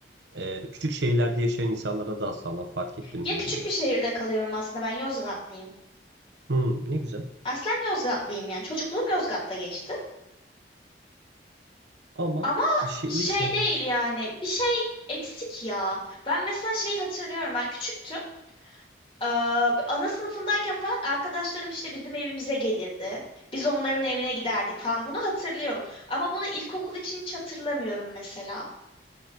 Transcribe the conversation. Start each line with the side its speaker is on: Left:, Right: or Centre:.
Right: ee, küçük şehirlerde yaşayan insanlara daha sağlam fark ettim
Left: Ya
Right: mi
Left: küçük
Right: bilmiyorum.
Left: bir şehirde kalıyorum aslında. Ben Yozgatlıyım.
Right: Hmm, ne güzel.
Left: Aslen Yozgatlıyım yani. Çocukluğum Yozgat'ta geçti.
Right: Ama
Left: Ama
Right: şey,
Left: şey
Right: lise.
Left: değil yani bir şey eksik ya. Ben mesela şeyi hatırlıyorum ben küçüktüm. Ee, ana sınıfındayken falan arkadaşlarım işte bizim evimize gelirdi. Biz onların evine giderdik falan bunu hatırlıyorum. Ama bunu ilkokul için hiç hatırlamıyorum mesela.